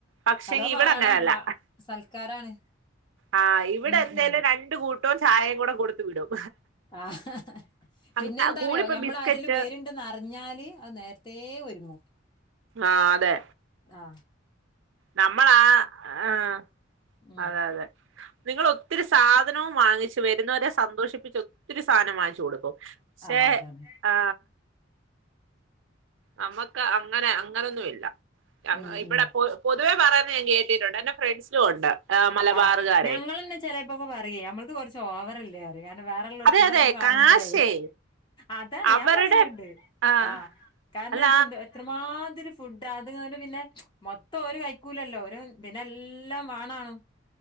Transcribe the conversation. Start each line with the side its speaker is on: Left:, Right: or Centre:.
Right: പക്ഷെ
Left: നല്ലോം
Right: ഇവിടെ
Left: വേണം
Right: അങ്ങനല്ല
Left: സൽക്കാരാണ്
Right: ആഹ് ഇവിടെ
Left: ഉം
Right: എന്തേലും
Left: ഉം
Right: രണ്ട് കൂട്ടവും ചായയും കൂടെ കൊടുത്തു വിടും
Left: ആഹഹ്
Right: അങ്ങ
Left: പിന്നെ എന്താറിയോ
Right: കൂടിപ്പോ
Left: ഞമ്മൾ
Right: ബിസ്ക്കറ്റ്
Left: ആരെേലും വരുണ്ടെന്ന് അറിഞ്ഞാല് അത് നേരത്തെ ഒരുങ്ങും
Right: ആഹ അതെ
Left: ആഹ
Right: നമ്മൾ ആ ആഹ
Left: ഉം
Right: അതെ അതെ നിങ്ങൾ ഒത്തിരി സാധനവും വാങ്ങിച്ചു വരുന്നവരെ സന്തോഷിപ്പിച്ച് ഒത്തിരി സാധനം വാങ്ങിച്ചു വച്ചു കൊടുക്കും പക്ഷേ
Left: ആഹ് അതാണ്
Right: ആ നമുക്ക് അങ്ങനെ അങ്ങനൊന്നുവി ല്ല
Left: ഉം
Right: ഇവിടെപ്പോ
Left: ഉം
Right: പൊതുവെ പറയന്നുഞാൻ കേട്ടി ട്ടുണ്ട് എന്റെ ഫ്രണ്ട്സും ഉണ്ട് മലബാറുകാരെ
Left: ആ ഞങ്ങളന്നെ ചെലപ്പോക്കെ പറയ നമ്മളത് കുറച്ച് ഓവറല്ലേ അ കാരണം വേറെള്ളതോടത്ഒക്കെ
Right: അതെ അതെ
Left: കാണുമ്പോളേ
Right: കാശേ
Left: അതാണ്
Right: അവരുടെ
Left: ഞാൻ പറയലണ്ട്
Right: ആഹ്
Left: ആഹ കാരണം
Right: അല്ല
Left: എന്തെന്തോ എത്രമാത്രം ഇത്തിരി ഫുഡാ അത് പിന്നെ മൊത്തം ഓര് കഴക്കൂലല്ലോ ഒരു ദിനെല്ലാം വേണാണും